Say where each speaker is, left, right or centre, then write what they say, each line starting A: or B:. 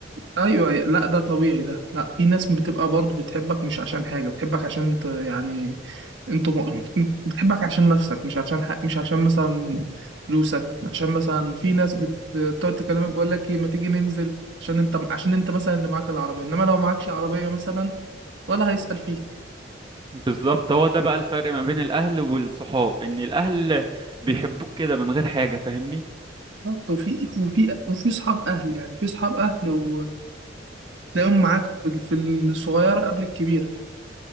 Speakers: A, on the right; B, on the right.
A: أيوه أيوه. لا ده طبيعي ده لا في ناس بتبقى برضه بتحبك مش عشان حاجة بتحبك عشان أنت يعني أنت م... بتحبك عشان نفسك مش عشان ح... مش عشان مثلا فلوسك عشان مثلا في ناس بت- بتقعد تكلمك بقول لك إيه ما تيجي ننزل عشان أنت عشان أنت مثلا اللي معاك العربية إنما لو معكش عربية مثلا ولا هيسأل فيك
B: بالظبط هو ده بقى الفرق ما بين الاهل والصحاب ان الاهل بيحبوك كده من غير حاجة فاهمني
A: بالظبط وفي وفي وفي اصحاب اهل يعني في اصحاب اهل وتلاقيهم معاك في ال- في الصغيره قبل الكبيره